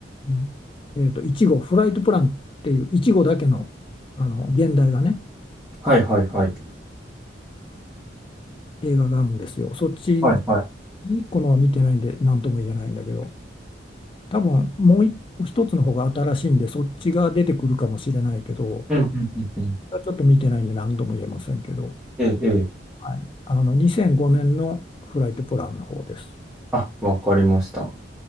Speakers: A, on the left; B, in the centre.
A: うんえっと、1号、フライトプランっていう、1号だけの、あの現代がね、
B: はい、はい、はい。
A: 映画があるんですよ。そっちの
B: はい、はい。
A: いっこのは見てないんで、なんとも言えないんだけど、多分もうい一つの方が新しいんで、そっちが出てくるかもしれないけど、
B: うん、うん、うん、うん。
A: ちょっと見てないんで、何とも言えませんけど、
B: ええ、ええ
A: はい、あの2005年のフライトプランの方です。
B: あ、わかりました。